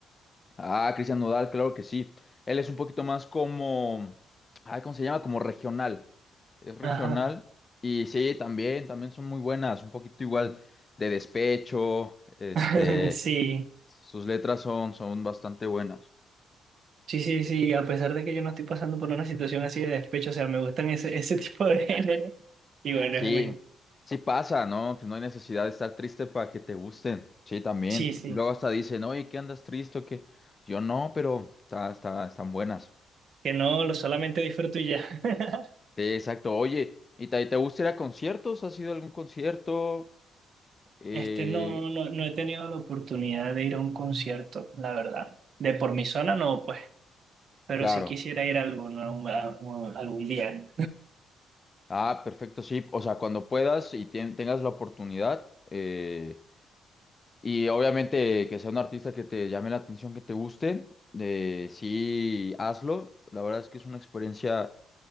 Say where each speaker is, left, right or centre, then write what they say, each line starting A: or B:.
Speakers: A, on the left; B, on the right.
A: Ah, Cristian Nodal, claro que sí. Él es un poquito más como, ay, ¿cómo se llama? Como regional. Es regional.
B: Ajá.
A: Y sí, también, también son muy buenas, un poquito igual de despecho, este.
B: <laughs> Sí,
A: Sus letras son, son bastante buenas.
B: sí, sí, sí. A pesar de que yo no estoy pasando por una situación así de despecho, o sea, me gustan ese, <laughs> ese tipo de género. Y bueno,
A: Sí,
B: es muy.
A: sí pasa, ¿no? Pues no hay necesidad de estar triste para que te gusten. Sí, también.
B: Sí, sí.
A: Luego hasta dicen, oye, ¿qué andas triste o qué? Yo no, pero está, está- están buenas.
B: Que no, lo solamente disfruto y ya. <laughs>
A: Sí, exacto. Oye, ¿y te, te gusta ir a conciertos? ¿Has ido a algún concierto? Eh,
B: Este, no, no, no he tenido la oportunidad de ir a un concierto, la verdad. De por mi zona no, pues. Pero
A: claro.
B: sí quisiera ir a alguno, a un- a un- algún día.
A: Ah, perfecto, sí. O sea, cuando puedas y tien- tengas la oportunidad, eh, Y obviamente que sea un artista que te llame la atención, que te guste, eh, sí, hazlo. La verdad es que es una experiencia